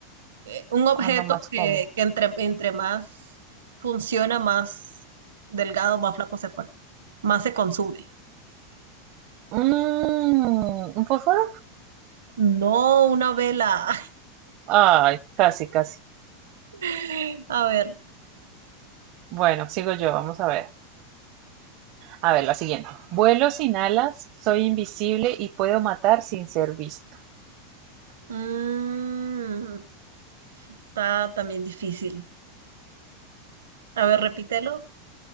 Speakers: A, on the right (about 70°); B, on the right (about 50°).
A: eh, Un objeto
B: ¿cuándo más
A: que,
B: como?
A: que entre, entre más funciona, más delgado, más flaco se pone, más se consume.
B: Mm, ¿un fósforo?
A: No, una vela.
B: Ay, casi, casi.
A: <laughs> A ver.
B: Bueno, sigo yo, vamos a ver. A ver, la siguiente. Vuelo sin alas, soy invisible y puedo matar sin ser visto.
A: mm, Está también difícil. A ver, repítelo.